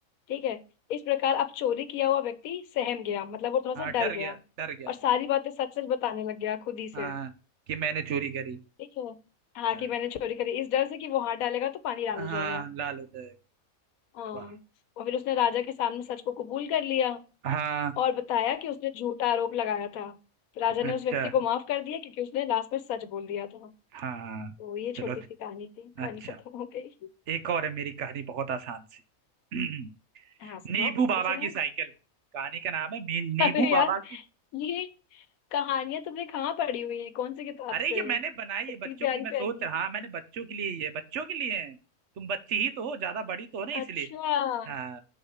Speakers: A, on the left; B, on the right.
A: ठीक है इस प्रकार अब चोरी किया हुआ व्यक्ति सहम गया मतलब वो थोड़ा
B: हाँ
A: सा
B: डर
A: डर
B: गया
A: गया
B: डर गया
A: और सारी बातें सच सच बताने लग गया खुद ही से
B: हाँ कि मैंने चोरी करी
A: ठीक है हाँ
B: हाँ
A: कि मैंने चोरी करी इस डर से कि वो हाथ डालेगा तो पानी लाल
B: हाँ
A: हो जाएगा
B: लाल हो जाएगा
A: हाँ
B: वाह
A: और फिर उसने राजा के सामने सच को कबूल कर लिया
B: हाँ
A: और बताया कि उसने झूठा आरोप लगाया था तो राजा
B: अच्छा
A: ने उस व्यक्ति को माफ कर दिया क्योंकि उसने लास्ट में सच बोल दिया था
B: हाँ
A: तो ये छोटी
B: चलो
A: सी कहानी थी कहानी
B: अच्छा
A: खत्म हो गई
B: एक और है मेरी कहानी बहुत आसान सी <clears throat>
A: हाँ सुनाओ
B: नीबू
A: बिल्कुल
B: बाबा
A: सुनाओ
B: की साइकिल कहानी का नाम है नी-
A: <laughs>
B: नीबू
A: अरे
B: बाबा
A: यार ये कहानियां तुमने कहाँ पढ़ी हुई है कौन सी किताब
B: अरे
A: से
B: ये मैंने
A: इतनी
B: बनाई है बच्चों
A: प्यारी
B: के लिए मैं
A: प्यारी
B: सोच रहा हाँ मैंने बच्चों के लिए ही है बच्चों के लिए है तुम बच्ची ही तो हो ज्यादा बड़ी तो हो ना इसलिए
A: अच्छा
B: हाँ